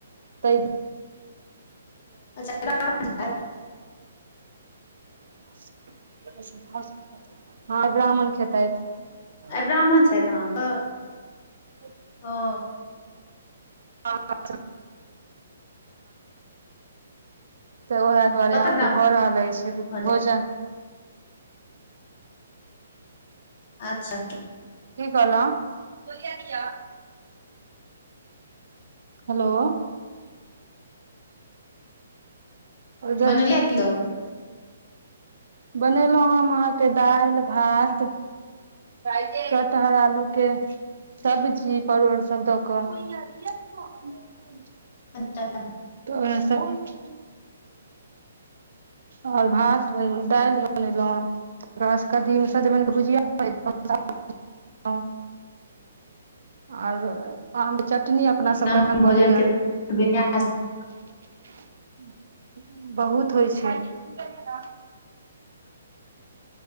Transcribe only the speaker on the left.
अच्छा। <unintelligible> अ। <unintelligible>
आइ
ब्राह्मण छथि अहाँके
ओ
कतऽ
ब्राह्मण
छथि
अच्छा। <unintelligible>
बनले कियो। <unintelligible>
तऽ। <unintelligible>
ब्राह्मण
भोजन
के विन्यास